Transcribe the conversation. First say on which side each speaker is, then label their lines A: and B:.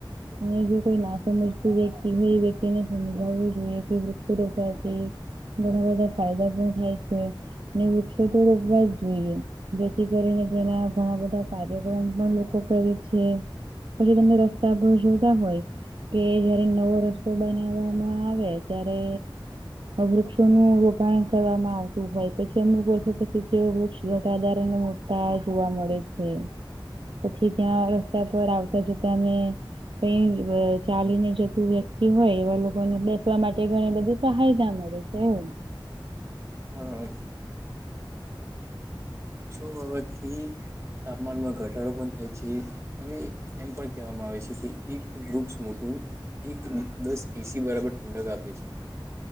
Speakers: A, on the right; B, on the right.
A: અને જો કોઈ ના સમજતું વ્યક્તિ હોય એ વ્યક્તિને સમજાવવું જોઈએ વૃક્ષો રોપવા થી ઘણા બધા ફાયદા પણ થાય છે અને વૃક્ષો તો રોપવા જ જોઈએ જેથી કરીને તેના ઘણા બધા કાર્યક્રમ પણ લોકો કરે છે. પછી તમે રસ્તા પર જોતા હોય. કે જયારે નવો રસ્તો બનાવવામાં આવે ત્યારે વૃક્ષોનું રોપાણ કરવામાં આવતું હોય પછી અમુક વર્ષો પછી તે <unintelligible> આધારને મોટા જોવા મળે છે. પછી ત્યાં રસ્તા પર આવતા જોતા ને ક ચાલીને જતું વ્યક્તિ હોય એવા લોકોને બેસવા માટે ઘણી બધું સહાયતા મળે. હમ
B: હા વૃક્ષો વાવાથી તાપમાનમાં ઘટાડો પણ થાય છે અને એમ પણ કહેવામાં આવે છે કે એક વૃક્ષ મોટું એક <inaudible> દસ એસી બરાબર ઠંડક આપે છે.